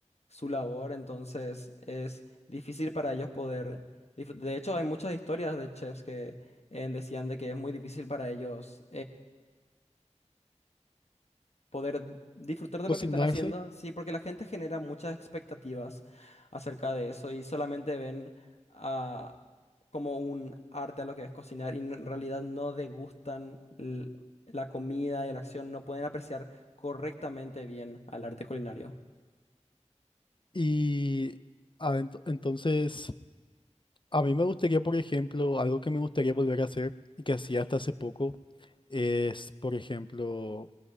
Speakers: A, on the left; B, on the left.
A: su labor, entonces es difícil para ellos poder... dif- De hecho, hay muchas historias de chefs que eh, decían de que es muy difícil para ellos poder disfrutar de
B: Cocinarse
A: lo que están haciendo. Sí, porque la gente genera muchas expectativas acerca de eso y solamente ven ah, como un arte a lo que es cocinar y no- en realidad no degustan l- la comida y la acción, no pueden apreciar correctamente bien al arte culinario.
B: y ah, ent- entonces, a mí me gustaría, por ejemplo, algo que me gustaría volver a hacer y que hacía hasta hace poco, es, por ejemplo,